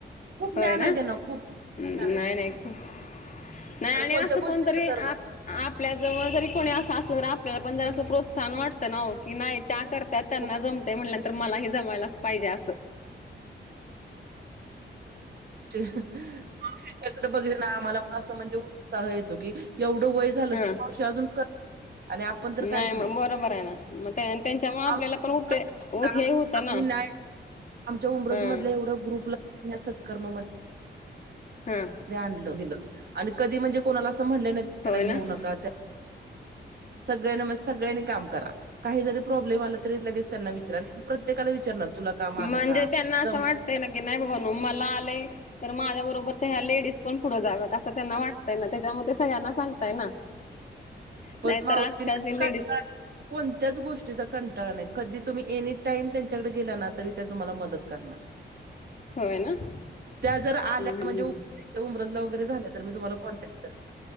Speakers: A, on the right; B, on the left.
A: खूप
B: होय
A: ज्ञान
B: ना
A: आहे त्यांना खूप
B: नाही
A: ज्ञान आहे
B: नाही
A: शिक
B: खूप नाही आणि
A: कोणत्या
B: असं
A: गोष्टीचा
B: कोणतरी
A: गर्व नाही
B: आप आपल्या जवळ जरी कोणी असं असलं तरी आपल्याला पण जरा असं प्रोत्साहन वाटतं ना हो की नाही त्या कर त्यात त्यांना
A: खूप
B: जमते म्हणल्यानंतर मलाही जमयलाच पाहिजे असं.
A: <inaudible> कडे बघले ना आम्हाला पण असं म्हणजे उ काह येतो की एवढं वय झालं
B: हा
A: <inaudible> मावशी अजून. <inaudible> आपण तर काहीच
B: नाही म बरोबर आहे ना म त्यां त्यांच्यामुळं आपल्याला
A: आमचं
B: पण होते ओत हे होत
A: आम्ही
B: ना.
A: नाही आमच्या उमरजमधल्या
B: हा
A: एवढा ग्रुपला या सत्कर्मा म
B: हा.
A: ते आणलं दिलं आणि कधी म्हणजे कोणाला असं म्हणलं नाही त्याला
B: होय
A: घेऊ
B: ना
A: नका त्या सगळ्यां म सगळ्यांनी काम करा काही जरी प्रॉब्लेम आला तरी लगेच त्यांना विचरा आणि प्रत्येकाला विचारणार तुला काम
B: म्हणजे
A: आलं का?
B: त्यांना असं
A: जमतय
B: वाटतंय
A: का?
B: न की नाही बा बनू मला आले तर माझ्या बरोबरच्या ह्या लेडीज पण पुढं जाव्यात असं त्यांना वाटतय ना त्याच्यामुळे ते सगळ्यांना सांगताय ना.
A: पण
B: नाहीतर
A: मावशींना
B: आजकालचे
A: कंटाळा
B: लेडीज
A: कोणत्याच गोष्टीचा कंटाळा नाही कधी तुम्ही एनी टाईम त्यांच्याकडे गेला ना तरी त्या तुम्हाला मदत करणार.
B: होय ना.
A: त्या जर आल्या
B: हम्म हम्म
A: म्हणजे
B: हम्म.
A: <inaudible> उमरजला वगैरे झाल्या तर मी तुम्हाला कॉन्टॅक्ट करेल.